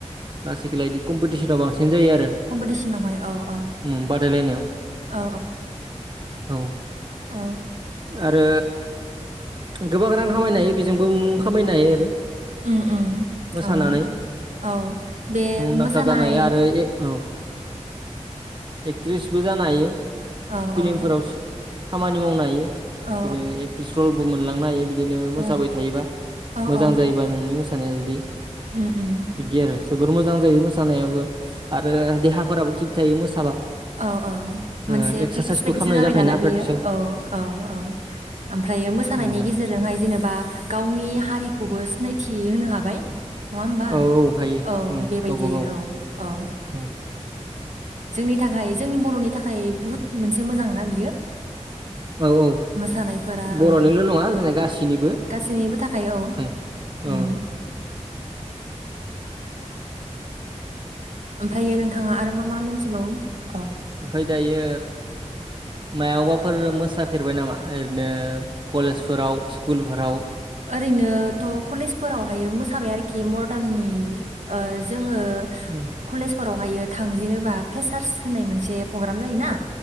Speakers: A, on the right (about 40°); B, on the right (about 75°).
A: ओम आजिखालि कमपिटिसनावा बांसिन सिन जायो आरो
B: कम्पिटिसनावहाय औ औ
A: ओम बादायलायनायाव
B: औ
A: औ
B: औ
A: आरो गोबां रां खामायनो हायो बेजोंबो मुं खामायनो हायो आरो
B: उम उम
A: मोसानानै
B: औ औ बे
A: मुंदांखा
B: मोसानाय
A: जानाय आरो ए औ एक्ट्रिसबो जानो हायो
B: औ
A: फिल्मफोराव
B: औ
A: खामानि मावनो हायो
B: औ
A: बिदिनो एक्ट्रिस रलबो मोनलांनो हायो बिदिनो
B: औ
A: मोसाबाय थायोबा
B: औ
A: मोजां
B: औ
A: जायोबा नोंनि मोसानाय नाया जुदि
B: उम उम
A: बिदि आरो जोबोर मोजां जायो मोसानायाबो आरो देहाफोराबो थिग थायो मोसाबा
B: औ औ मोनसे
A: ओ एक्सारसाइसबो
B: प्रेक्टिस बायदिसो
A: खालामनाय
B: जाबाय
A: जाखायोना
B: नालाय बेयो
A: प्रेक्टिसाव
B: औ औ औ ओमफ्राय बे मोसानायनि
A: औ नोंथां
B: गेजेरजोंहाय जेनेबा गावनि हारिखौबो सिनायथि होनो हाबाय नङा होमबा
A: औ औ हायो
B: औ
A: उम
B: बेबायदि
A: गावबा गाव
B: औ औ
A: औ
B: जोंनि थाखाय जोंनि बर'नि थाखाय बुहुत मोनसे मोजांना बियो
A: औ औ
B: मोसानायफोरा
A: बर'निल'
B: औ
A: नङा जोंना गासैनिबो
B: गासैनिबो औ
A: थाखाय
B: उम
A: औ
B: ओमफ्रायो नोंथाङा आरो मा मा मिनथिबावो
A: ओमफाय दायो मायावबाफोर मोसाफेरबाय नामा ओरैनो कलेजफोराव स्कुलफोराव
B: ओरैनोथ' कलेजफोरावहायो मोसाबाय आरोखि मदारननि ओ जों ङो
A: उम,
B: कलेजफोराव बेहायो थांजेनोबा प्रेसार्स होननाय मोनसे प्रग्राम जायोना